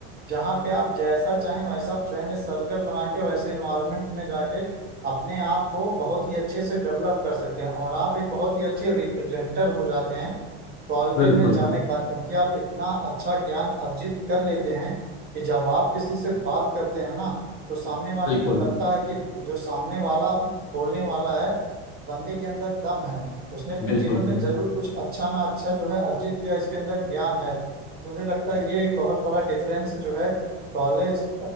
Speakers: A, on the right; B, on the left.
A: जहाँ पे आप जैसा चाहें वैसा फ्रेंड सर्कल बना के वैसे इन्वायरमेंट में जाके अपने आप को बहुत ही अच्छे से डेवलप कर सकते हैं और आप एक बहुत ही अच्छे रिप्रेजेंटर हो जाते हैं कॉलेज
B: बिल्कुल
A: में जाने के बाद क्योंकि आप इतना अच्छा ज्ञान अर्जित कर लेते हैं कि जब आप किसी से बात करते हैं ना तो सामने वाले
B: बिल्कुल
A: को लगता है कि जो सामने वाला बोलने वाला है बंदे के अंदर दम है उसने अपने
B: बिल्कुल,
A: जीवन
B: सही
A: में जरूर
B: बात
A: कुछ अच्छा ना अच्छा जो है अर्जित किया इसके अंदर ज्ञान है तो मुझे लगता है ये एक बहुत बड़ा डिफरेंस जो है कॉलेज